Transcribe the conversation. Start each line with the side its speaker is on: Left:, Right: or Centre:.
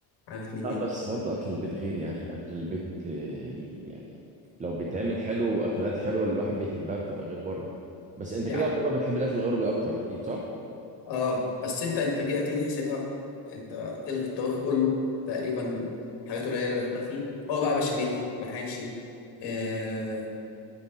Left: عارف من
Right: اه
Left: دي
Right: بس برضه اكل البيت غير يا اخي اكل البيت آه، يعني لو بيتعمل حلو واكلات حلوه اللي الواحد بيحبها بتبقى غير بره بس انت
Left: يعني
Right: كده بره بتحب الاكل الغربي اكتر اكيد صح
Left: اه بس انت انتاجيه هتيجي تحسبها انت الغي الطبيخ كله تقريبا حاجات قليله اللي بحبها فيه هو بقى بشاميل محاشي آه